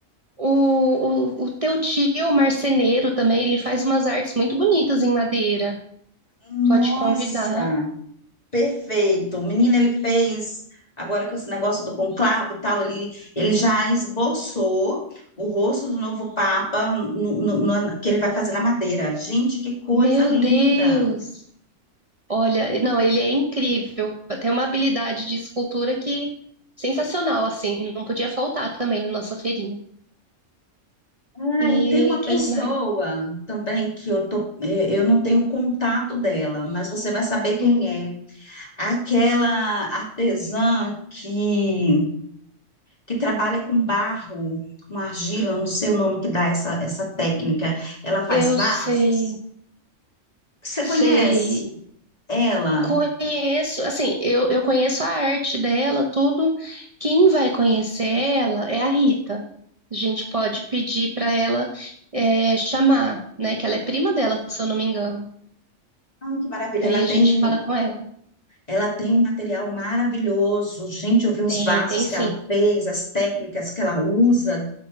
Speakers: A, on the right; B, on the left.
A: O, o, o teu tio, o marceneiro também, ele faz umas artes muito bonitas em madeira.
B: Nossa!
A: Pode convidar.
B: Perfeito. Menina, ele fez, agora com esse negócio do conclave e tal, ele, ele já esboçou o rosto do novo Papa no, no- no- que ele vai fazer na Madeira. Gente, que coisa
A: Meu
B: linda!
A: Deus! Olha, não, ele é incrível. Tem uma habilidade de escultura que sensacional, assim. Não podia faltar também na nossa feirinha.
B: Ah,
A: E
B: e tem uma pessoa
A: quem mais?
B: também que eu tô, eh, eu não tenho contato dela, mas você vai saber quem
A: Hum,
B: é. Aquela artesã que, que trabalha com barro, com argila, não sei o nome que dá essa, essa técnica. Ela faz
A: eu
B: vasos.
A: sei,
B: Você conhece
A: sei.
B: ela?
A: Conheço, assim, eu, eu conheço a arte dela, tudo. Quem vai conhecer ela é a Rita. A gente pode pedir para ela é, chamar, né? Que ela é prima dela, se eu não me engano.
B: Ah, que maravilha!
A: Aí
B: Ela
A: a
B: tem
A: gente fala com ela.
B: Ela tem um material maravilhoso. Gente, eu vi uns
A: Tem,
B: vasos
A: tem sim.
B: que ela fez, as técnicas que ela usa,